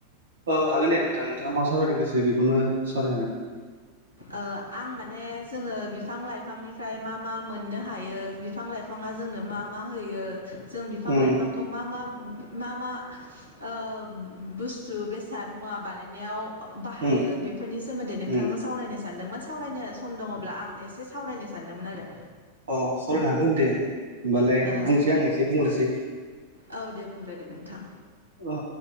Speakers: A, on the right; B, on the right.
A: औ हागोन दे नोंथां नोंथाङा मा सावरायनो गोसो बेखौनो सावरायनो हागोन।
B: आ आं माने जोङो बिफां लाइफांनिफ्राय मा मा मोननो हायो बिफां लाइफां जोंनो मा मा होयो जों बिफां
A: उम
B: लाइफांखौ मा मा मा मा आ बुस्थु बेसाद मुवा बानायनायाव बाहायो
A: उम
B: बेफोरनि सोमोन्दै नोंथांजों
A: उम
B: सावरायनो सानदोंमोन सावरायनो सम दङब्ला आं एसे सावरायनो सानदोंमोन आरो।
A: औ सावरायनो हागोन दे होमबालाय
B: ओ
A: बुंसै आं एसे बुंग्रोसै
B: औ दे बुंग्रोदो नोंथां
A: अ